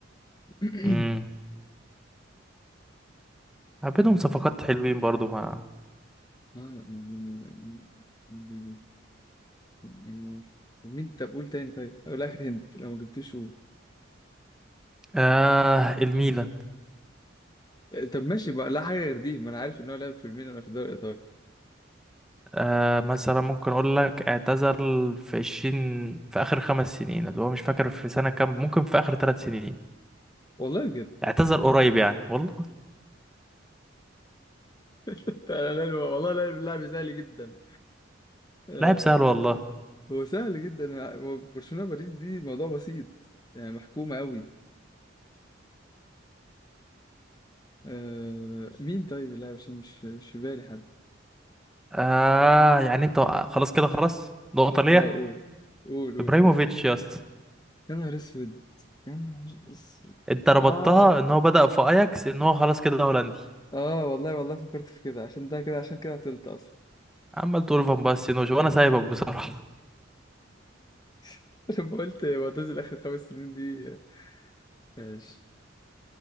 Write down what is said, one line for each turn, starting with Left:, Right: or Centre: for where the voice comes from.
Left: <clears throat>
Centre: امم بينهم
Left: بين-
Centre: صفقات حلوين برضو مع
Left: اه بين- بين- بين- مين طب قول تاني طيب او الاخر هنت لو ما جبتوش قول
Centre: آه الميلان
Left: طب ماشي بقى لا حاجة غير دي ما انا عارف ان هو لعب في الميلان في الدوري الايطالي
Centre: آه مثلا ممكن اقول لك اعتزل في 20 في اخر خمس سنين اللي هو مش فاكر في سنة كام ممكن في اخر ثلاث سنين
Left: والله بجد
Centre: اعتزل قريب يعني والله
Left: <laughs> أنا لا- والله لا- اللاعب سهل جدا آه،
Centre: لاعب سهل والله
Left: هو سهل جدا هو برشلونة باريس دي موضوع بسيط يعني محكومة قوي آه مين طيب لا مش مش مش في بالي حد
Centre: آه يعني انت خلاص كده خلاص نقطة ليا
Left: اه قول قول قول
Centre: ابراهيموفيتش
Left: قول
Centre: يا اسطى
Left: يا نهار اسود يا نهار اسود
Centre: انت ربطتها
Left: اه
Centre: ان هو بدأ في اياكس ان هو خلاص كده هولندي
Left: اه والله والله فكرت في كده عشان ده كده عشان كده عطلت اصلا
Centre: عمال تقول فان باستين وش، وانا سايبك بصراحة
Left: <laughs> لما قلت معتزل اخر خمس سنين دي ماشي